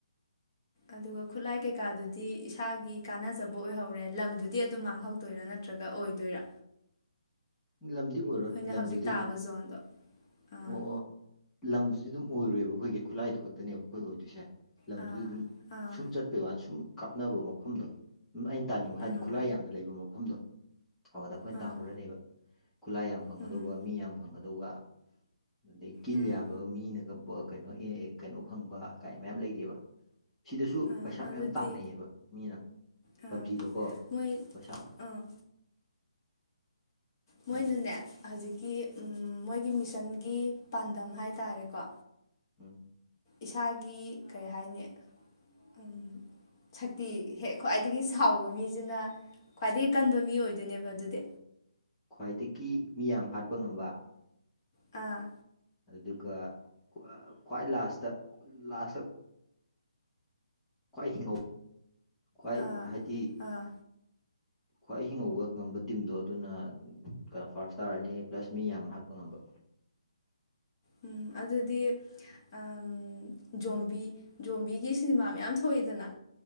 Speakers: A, on the left; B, in the centre.
A: ꯑꯗꯨꯒ ꯈꯨꯠꯂꯥꯏ ꯀꯩꯀꯥꯗꯨꯗꯤ ꯏꯁꯥꯒꯤ ꯀꯥꯟꯅꯖꯕ ꯑꯣꯏꯍꯧꯔꯦ ꯂꯝꯗꯨꯗꯤ ꯑꯗꯨꯝ ꯃꯥꯡꯍꯧꯗꯣꯏꯔ ꯅꯠ ꯇ꯭ꯔꯒ ꯑꯣꯏꯗꯣꯏꯔꯥ
B: ꯂꯝꯗꯤ ꯑꯣꯏꯔꯣꯏ
A: ꯑꯩꯅ ꯍꯧꯖꯤꯛ
B: ꯂꯝꯗꯨꯗꯤ
A: ꯇꯥꯕ
B: ꯑꯗꯨꯝ
A: ꯖꯣꯟꯗꯣ ꯑꯥ
B: ꯑꯣ ꯑꯣ ꯂꯝꯗꯨꯗꯤ ꯑꯗꯨꯝ ꯑꯣꯏꯔꯣꯏꯕ ꯑꯈꯣꯏꯒꯤ ꯈꯨꯠꯂꯥꯏꯗꯨ ꯈꯛꯇꯅꯦꯕ ꯑꯈꯣꯏ ꯑꯣꯏꯗꯣꯏꯁꯦ ꯂꯝꯗꯨꯗꯤ
A: ꯑꯥ
B: ꯑꯗꯨꯝ
A: ꯑꯥ
B: ꯁꯨꯝ ꯆꯠ ꯄꯩꯋꯥꯅ ꯁꯨꯝ ꯀꯥꯞꯅꯕ ꯃꯐꯝꯗꯣ ꯎꯝ ꯑꯩꯅ ꯇꯥꯅꯤꯡꯕ
A: ꯎꯝ
B: ꯍꯥꯏꯗꯤ ꯈꯨꯠꯂꯥꯏ ꯌꯥꯝꯅ ꯂꯩꯕ ꯃꯐꯝꯗꯣ ꯑꯧꯗ ꯑꯈꯣꯏꯅ
A: ꯑꯥ
B: ꯇꯥꯍꯧꯔꯅꯦꯕ ꯈꯨꯂꯥꯏ ꯌꯥꯝ ꯐꯪꯒꯗꯧꯕ
A: ꯎꯝ
B: ꯃꯤ ꯌꯥꯝ ꯐꯪꯒꯗꯧꯕ ꯑꯗꯩ ꯀꯤꯜ
A: ꯎꯝ
B: ꯌꯥꯝꯕ ꯃꯤꯅꯒ ꯀꯩꯅꯣ ꯑꯦ ꯀꯩꯅꯣ ꯐꯪꯕ ꯀꯥꯏ ꯃꯌꯥꯝ ꯂꯩꯔꯤꯕ ꯁꯤꯗꯁꯨ
A: ꯑꯥ
B: ꯄꯩꯁꯥ
A: ꯑꯗꯨꯗꯤ
B: ꯃꯌꯥꯝ ꯇꯥꯟꯅꯩꯌꯦꯕ ꯃꯤꯅ
A: ꯑꯥ
B: ꯄꯞꯖꯤꯗꯀꯣ
A: ꯃꯣꯏ
B: ꯄꯩꯁꯥ ꯃꯌꯥꯝ
A: ꯑꯥ ꯃꯣꯏꯅꯅꯦ
B: ꯍꯥꯏꯔꯣ
A: ꯍꯖꯤꯛꯀꯤ ꯎꯝ ꯃꯣꯏꯒꯤ ꯃꯤꯁꯟꯒꯤ ꯄꯥꯟꯗꯝ ꯍꯥꯏꯇꯥꯔꯦꯀꯣ
B: ꯎꯝ
A: ꯏꯁꯥꯒꯤ ꯀꯔꯤ ꯍꯥꯏꯅꯤ ꯎꯝ ꯁꯛꯇꯤ ꯍꯦꯛ ꯈ꯭ꯋꯥꯏꯗꯒꯤ ꯁꯥꯎꯕ ꯃꯤꯖꯤꯅ ꯈ꯭ꯋꯥꯏꯗꯒꯤ ꯀꯟꯕ ꯃꯤ ꯑꯣꯏꯗꯣꯏꯅꯦꯕ ꯑꯗꯨꯗꯤ
B: ꯈ꯭ꯋꯥꯏꯗꯒꯤ ꯃꯤ ꯌꯥꯝ ꯍꯥꯠꯄ ꯉꯝꯕ
A: ꯑꯥ
B: ꯑꯗꯨꯒ ꯀ꯭ꯋꯥ ꯈ꯭ꯋꯥꯏ ꯂꯥꯁꯇ ꯂꯥꯁꯇ ꯈ꯭ꯋꯥꯏ ꯍꯤꯡꯍꯧ ꯈ꯭ꯋꯥꯏ
A: ꯑꯥ
B: ꯍꯥꯏꯗꯤ
A: ꯑꯥ
B: ꯈ꯭ꯋꯥꯏ ꯍꯤꯡꯍꯧꯕ ꯉꯝꯕ ꯇꯤꯝꯗꯣ ꯑꯗꯨꯅ ꯒꯔ ꯐꯥꯔꯁ ꯇꯥꯔꯅꯤ ꯄ꯭ꯂꯁ ꯃꯤ ꯌꯥꯝ ꯍꯥꯠꯄ ꯉꯝꯕ
A: ꯎꯝ ꯑꯗꯨꯗꯤ ꯑꯝ ꯖꯣꯝꯕꯤ ꯖꯣꯝꯕꯤꯒꯤ ꯁꯤꯅꯦꯃꯥ ꯃꯌꯥꯝ ꯊꯣꯛꯏꯗꯅ